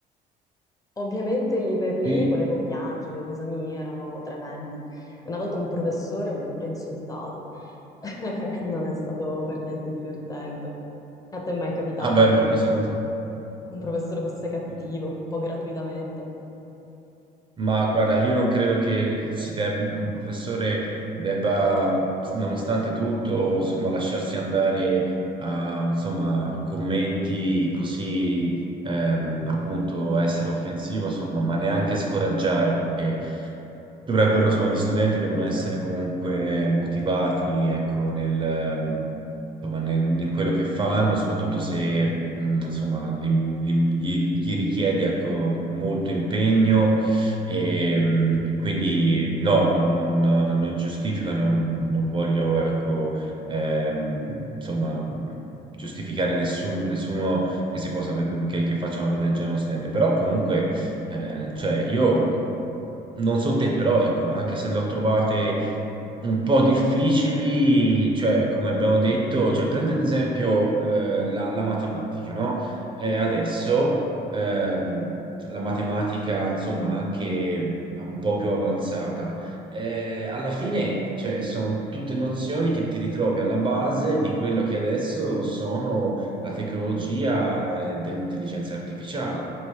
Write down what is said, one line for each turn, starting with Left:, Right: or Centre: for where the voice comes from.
Left: Ovviamente lì per lì
Right: Sì,
Left: volevo piangere, gli esami erano tremendi. Una volta un professore mi ha pure insultato. <laughs> Non è stato per niente divertente. A te è mai capitato
Right: Ah beh,
Left: che
Right: ma
Left: magari
Right: queste cose...
Left: un professore fosse cattivo,
Right: mm.
Left: un po' gratuitamente?
Right: Ma guarda, io non credo che si deb- un professore debba, nonostante tutto, insomma, lasciarsi andare a, insomma, commenti così, ehm, appunto, essere offensivo, insomma, ma neanche scoraggiare, perché dovrebbero, insomma, gli studenti devono essere comunque motivati, ecco, nel, ehm, insomma, nel- in quello che fanno, soprattutto se, mh, insomma, gli, gli- gli richiede, ecco, molto impegno e, mh, quindi no, non, non giustifico, non, non voglio, ecco, ehm, insomma, giustificare nessun- nessuno che si possa, per- che, che faccia una cosa del genere a uno studente, però comunque, eh, cioè, io non so te, però ecco, anche se le ho trovate un po' difficili, cioè come abbiamo detto, cioè, prendi ad esempio eh, la, la matematica, no? Eh, adesso ehm, la matematica, insomma, anche un po' più avanzata. Eh, alla fine, cioè, sono tutte nozioni che ti ritrovi alla base di quello che adesso sono la tecnologia eh, dell'intelligenza artificiale.